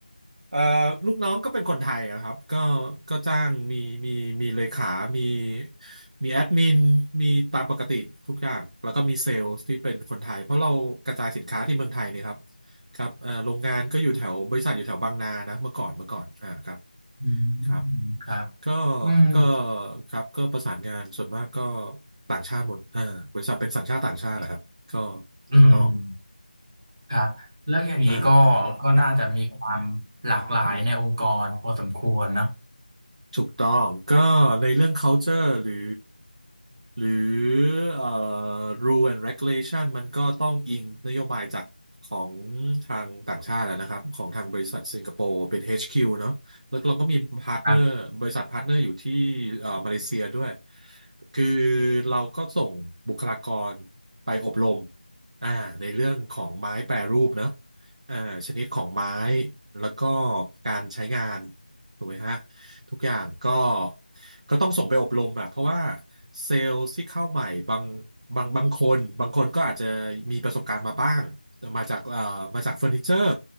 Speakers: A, on the right; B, on the right.
A: เอ่อลูกน้องก็เป็นคนไทยนะครับก็ก็จ้างมีมีมีเลขามีมีแอดมินมีตามปกติทุกอย่างแล้วก็มีเซลล์ที่เป็นคนไทยเพราะเรากระจายสินค้าที่เมืองไทยเนี่ยครับครับเอ่อโรงงานก็อยู่แถวบริษัทอยู่แถวบางนานะเมื่อก่อนเมื่อก่อนอ่าครับ
B: อืมครับ
A: ครับก็
B: อืม
A: ก็ครับก็ประสานงานส่วนมากก็ต่างชาติหมดอ่าบริษัทเป็นสัญชาติต่างชาตินะครับ ก็
B: อืม
A: ถูกต้อง
B: ครับแล้วอย่างนี้ก็
A: อ่า
B: ก็น่าจะมีความหลากหลายในองค์กรพอสมควรเนอะ
A: <coughs> ถูกต้องก็ในเรื่อง culture หรือหรือเอ่อ rule and regulation มันก็ต้องอิงนโยบายจากของทางต่างชาติแล้วนะครับของทางบริษัทสิงคโปร์เป็น HQ เนอะแล้วเราก็มีพาร์ทเนอร์บริษัทพาร์ทเนอร์อยู่ที่เอ่อมาเลเซียด้วย
B: ครับ
A: คือเราก็ส่งบุคลากรไปอบรมอ่าในเรื่องของไม้แปรรูปเนอะอ่าชนิดของไม้แล้วก็การใช้งานถูกไหมฮะ ทุกอย่างก็ก็ต้องส่งไปอบรมอะเพราะว่าเซลล์ที่เข้าใหม่บางบางบางคนบางคนก็อาจจะมีประสบการณ์มาบ้างมาจากเอ่อมาจากเฟอร์นิเจอร์